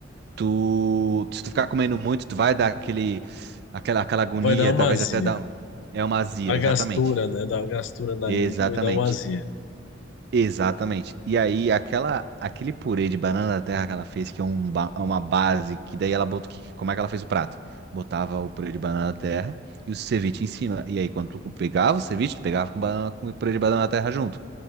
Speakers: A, on the right (about 55°); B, on the left (about 80°).
A: Tu, se tu ficar comendo muito, tu vai dar aquele, aquela, aquela agonia,
B: Vai dar uma
A: talvez
B: azia.
A: até dar, um- é uma azia,
B: A
A: exatamente.
B: gastura, né? Dá uma gastura na
A: Exatamente.
B: língua e dá uma azia.
A: Exatamente. E aí, aquela, aquele purê de banana da terra que ela fez, que é um ba- é uma base, que daí ela botou. que- como é que ela fez o prato? Botava o purê de banana da terra e o ceviche em cima. E aí, quando tu pegava o ceviche, tu pegava com, banana, com o purê de banana da terra junto.